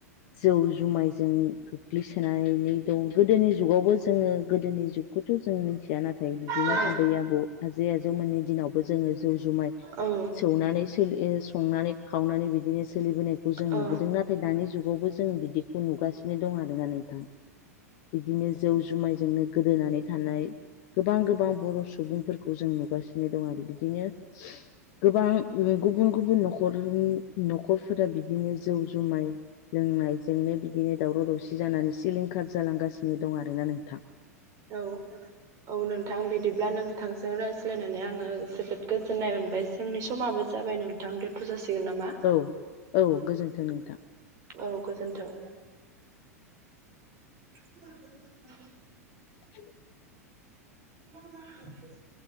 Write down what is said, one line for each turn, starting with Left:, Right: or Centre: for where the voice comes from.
Left: जौ जुमायजों गोग्लैसोनानै दं गोदोनि जुगावबो जोङो गोदोनि जुगखौथ' जों मिथिया नाथाय बिदिनो
Right: औ
Left: आबै-आबौ, आजै-आजौमोननि दिनाव बो जोङो जौ जुमाय
Right: औ
Left: सौनानै संनानै खावनानै बिदिनो सोलिबोनायखौ जों
Right: औ
Left: नुबोदों नाथाय दानि जुगावबो जों बिदि खौ नुगासिनो दं आरोना नोंथां बिदिनो जौ जुमायजोंनो गोदोनानै थानाय गोबां गोबां बर' सुबुं फोर खौ जों नुगासिनो दं आरो बिदिनो गोबां गुबुन गुबुन न खर न'खरफोरा बिदिनो जौ जुमाय लोंनायजोंनो बिदिनो दावराव-दावसि जानानै सिलिंखार जालांगासिनो। दं आरोना नोंथां
Right: औ औ नोंथां बिदिब्ला नों नोथांजों रायज्लायनानै आङो जोबोद गोजोननाय मोनबाय। जोंनि समाबो जाबाय नोंथां दोनथ' जासिगोन नामा?
Left: औ औ गोजोन्थों नोंथां।
Right: औ गोजोन्थों। <unintelligible>
Left: <inaudible>
Right: <inaudible>